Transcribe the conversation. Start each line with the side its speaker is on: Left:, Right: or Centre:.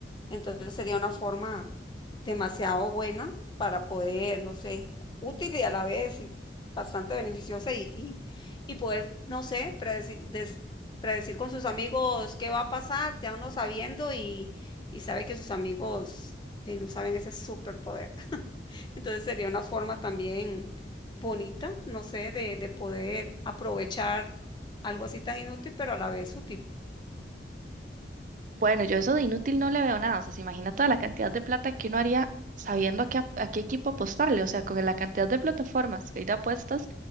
Left: Entonces sería una forma demasiado buena para poder, no sé, útil y a la vez y bastante beneficiosa y, y, y poder, no sé, predecir, des- predecir con sus amigos qué va a pasar, ya uno sabiendo y, y sabe que sus amigos eh, no saben ese superpoder. <laughs> Entonces sería una forma también bonita, no sé, de, de poder aprovechar algo así tan inútil, pero a la vez útil.
Right: Bueno, yo eso de inútil no le veo nada. O sea, se imagina toda la cantidad de plata que uno haría sabiendo a qué, ap- a qué equipo apostarle. O sea, con la cantidad de plataformas que hay de apuestas,